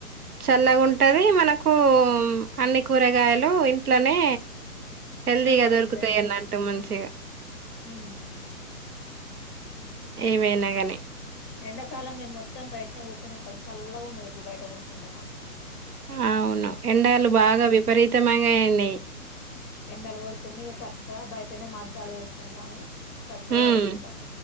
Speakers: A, on the right; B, on the left.
A: చల్లగుంటది మనకు అన్ని కూరగాయలు ఇంట్లోనే హెల్దీగా
B: ఆ!
A: దొరకుతాయన్న
B: ఎళ్తాయి మనకి.
A: అంటే మంచిగా
B: హ్మ్.
A: ఏవైనా కాని
B: ఎండాకాలం మేము మొత్తం బయటనే కూర్చుని ఉంటాం చల్లగా ఉన్నది ఇప్పుడు బయట కూర్చుంటే మాకు
A: ఆ అవును ఎండలు బాగా
B: హ్మ్.
A: విపరీతమైనయి అయినయి
B: ఎండలు కొడుతున్నా ఇక చక్కగా బయటనే మంచాలు వేసుకుంటాము చక్కగా
A: ఉమ్
B: పడుకుంటాం